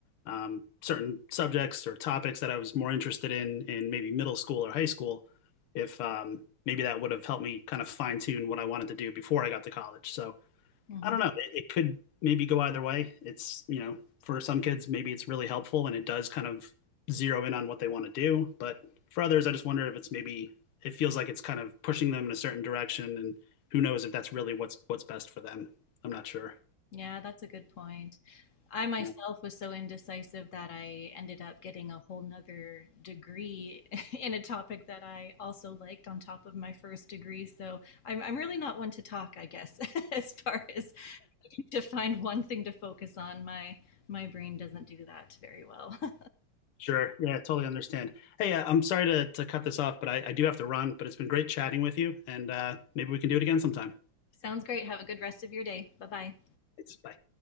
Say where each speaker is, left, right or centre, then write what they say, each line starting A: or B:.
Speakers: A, on the left; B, on the left.
A: um, certain subjects or topics that I was more interested in in maybe middle school or high school, if um, maybe that would have helped me kind of fine tune what I wanted to do before I got to college. So
B: hmm
A: I don't know. It, it could maybe go either way. It's, you know, for some kids, maybe it's really helpful and it does kind of zero in on what they want to do. But for others, I just wonder if it's maybe, it feels like it's kind of pushing them in a certain direction. And who knows if that's really what's, what's best for them. I'm not sure.
B: Yeah, that's a good point. I myself
A: Yeah,
B: was so indecisive that I ended up getting a whole nother degree <laughs> in a topic that I also liked on top of my first degree. So I'm, I'm really not one to talk, I guess, <laughs> as far as to find one thing to focus on. My my brain doesn't do that very well. <laughs>
A: sure. Yeah, totally understand. Hey, uh, I'm sorry to, to cut this off, but I, I do have to run, but it's been great chatting with you and uh, maybe we can do it again sometime.
B: Sounds great. Have a good rest of your day. Bye bye.
A: Thanks. Bye.